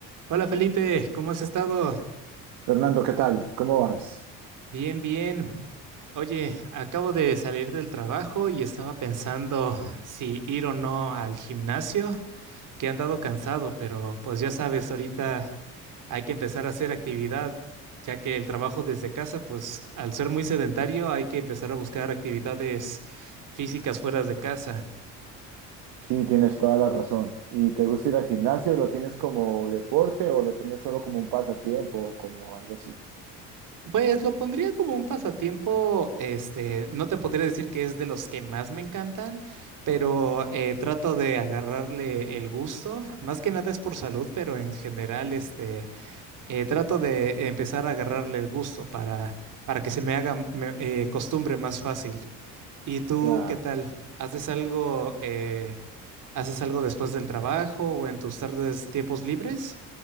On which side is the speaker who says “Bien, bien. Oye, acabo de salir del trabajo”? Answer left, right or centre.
Right